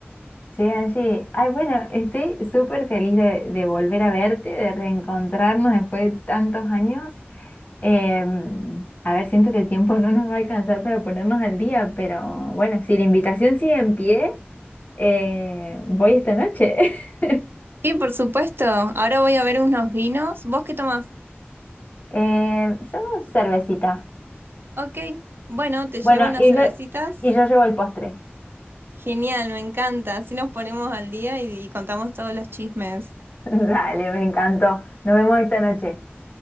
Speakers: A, on the left (about 40°); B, on the right (about 60°).
A: Che, Angie, ay, bueno, estoy súper feliz de, de volver a verte, de reencontrarnos después de tantos años. Em, a ver, siento que el tiempo no nos va a alcanzar para ponernos al día, pero bueno, si la invitación sigue en pie, eh, voy esta noche. <laughs>
B: Sí, por supuesto. Ahora voy a ver unos vinos. ¿Vos qué tomás?
A: Eh, yo cervecita.
B: Ok. Bueno, te
A: Bueno,
B: llevo unas
A: y
B: cervecitas.
A: yo, y yo llevo el postre.
B: Genial, me encanta. Así nos ponemos al día y, y contamos todos los chismes.
A: <laughs> Dale, me encantó. Nos vemos esta noche.